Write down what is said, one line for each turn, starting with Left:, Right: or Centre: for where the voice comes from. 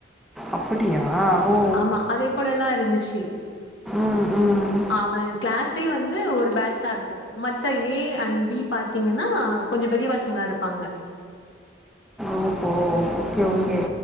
Centre: அப்படியா ஓ
Left: ஆமா அதே போல எல்லாம் இருந்துச்சு
Centre: ம் ம்
Left: அவன் கிளாஸே வந்து ஒரு பேட்சா இருக்கு, ம ஏ அண்ட் பி பாத்தீங்கன்னா கொஞ்சோ பெரிய பசங்களா இருப்பாங்க.
Centre: ஓஹோ ஓகே
Left: உம்
Centre: ஓகே